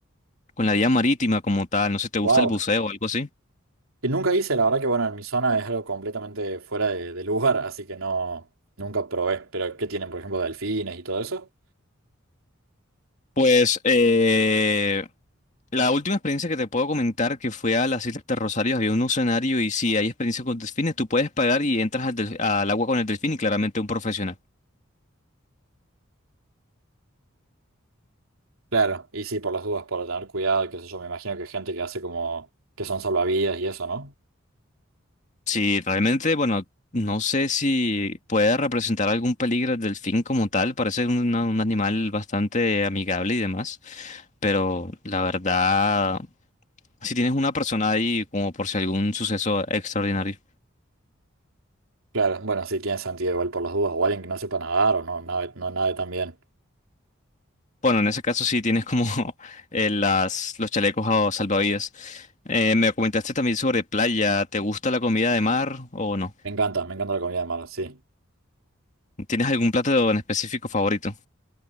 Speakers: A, on the left (about 35°); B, on the right (about 85°).
A: con la vía marítima como tal. No sé si te gusta
B: Wow.
A: el buceo o algo así.
B: Que nunca hice, la verdad que bueno, en mi zona es algo completamente fuera de, de lugar, <laughs> así que no, nunca probé. Pero ¿qué tienen, por ejemplo, delfines y todo eso?
A: Pues eh, la última experiencia que te puedo comentar que fue a las Islas de Rosario, había un escenario y si hay experiencia con delfines, tú puedes pagar y entras al, del- al agua con el delfín y claramente un profesional.
B: Claro, y sí, por las dudas, por tener cuidado, qué sé yo, me imagino que hay gente que hace como que son salvavidas y eso, ¿no?
A: Si realmente, bueno, no sé si puede representar algún peligro el delfín como tal, parece un, una- un animal bastante amigable y demás, pero la verdad, si tienes una persona ahí como por si algún suceso extraordinario.
B: Claro, bueno, sí, tiene sentido igual por las dudas, o alguien que no sepa nadar o no, nada, no nade tan bien.
A: Bueno, en ese caso sí tienes como <laughs> eh, las, los chalecos a- salvavidas. Eh, me comentaste también sobre playa. ¿Te gusta la comida de mar o no?
B: Me encanta, me encanta la comida de mar, sí.
A: ¿Tienes algún plato en específico favorito?